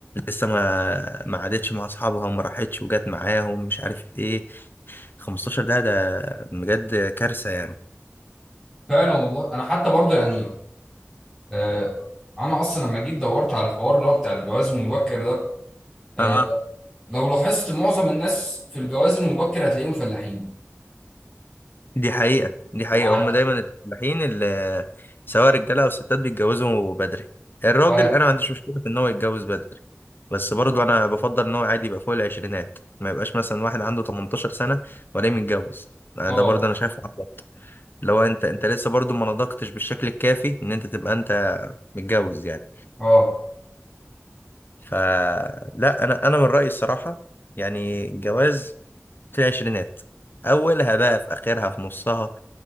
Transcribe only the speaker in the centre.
فعلا والله انا حتى برضو يعني آه انا اصلا لما جيت دورت على الحوار اللي هو بتاع الجواز المبكر ده آه
لو لاحظت معظم الناس في الجواز المبكر هتلاقيهم فلاحين
وهت
وهت
اه
اه